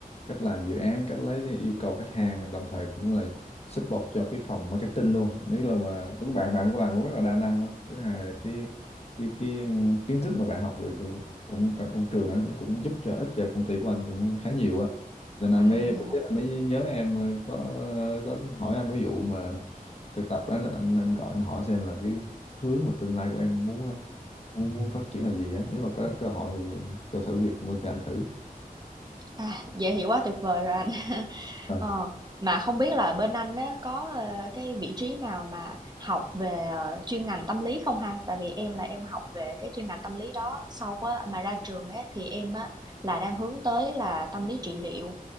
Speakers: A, on the left; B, on the right.
A: cách làm dự án cách lấy yêu cầu khách hàng đồng thời cũng là support cho cái phòng marketing luôn nếu là mà đúng bạn bạn cũng làm cũng rất là đa năng lắm. thứ hai là cái cái cái kiến thức mà bạn học được cũng trong, trong trường á nó cũng giúp cho ích cho công ty của anh cũng khá nhiều á nên anh
B: à,
A: mới
B: dạ,
A: sếp anh mới nhớ em ờ, có có hỏi anh cái vụ mà thực tập á nên anh anh gọi anh hỏi xem là cái hướng mà tương lai của em muốn ờ, muốn, muốn phát triển là gì á nếu mà có cơ hội thì cho thử việc một cho anh thử
B: à, vậy thì quá tuyệt vời rồi anh. <laughs>
A: à,
B: Ờ, mà không biết là bên anh đó có, ơ, cái vị trí nào mà học về, ờ, chuyên ngành tâm lý không ha? Tại vì em là em học về cái chuyên ngành tâm lý đó, sau á mà ra trường á thì em á là đang hướng tới là tâm lý trị liệu.